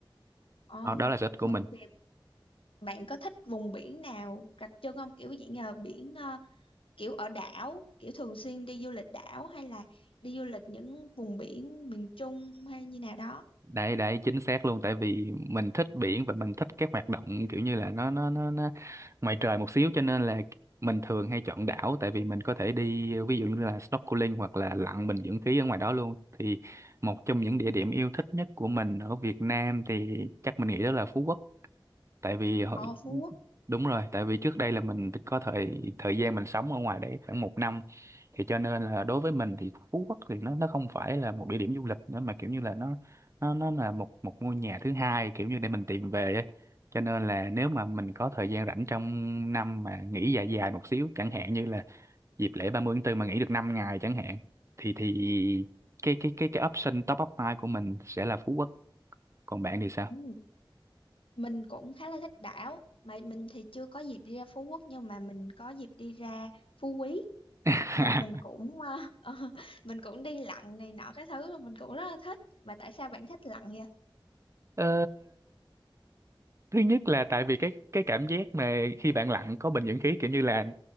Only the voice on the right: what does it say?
Đó, đó là sở thích của
mình
đấy đấy chính xác luôn tại vì mình thích biển và mình thích các hoạt động kiểu như là nó nó nó nó ngoài trời một xíu cho nên là mình thường hay chọn đảo tại vì mình có thể đi ví dụ như là snorkeling hoặc là lặn bình dưỡng khí ở ngoài đó luôn thì một trong những địa điểm yêu thích nhất của mình ở Việt Nam thì chắc mình nghĩ đó là Phú Quốc tại vì hồi,
đúng rồi tại vì trước đây là mình có thời thời gian mình sống ở ngoài đấy khoảng một năm thì cho nên là đối với mình thì Phú Quốc thì nó nó không phải là một địa điểm du lịch nữa mà kiểu như là nó nó nó là một một ngôi nhà thứ hai kiểu như để mình tìm về ấy. cho nên là nếu mà mình có thời gian rảnh trong năm mà nghỉ dài dài một xíu chẳng hạn như là dịp lễ 30 tháng tư mà nghỉ được 5 ngày chẳng hạn thì thì cái cái cái cái option top up hai của mình sẽ là Phú Quốc còn bạn thì sao
<laughs>
Ờ, thứ nhất là tại vì cái cái cảm giác mà khi bạn lặn có bình dưỡng khí kiểu như là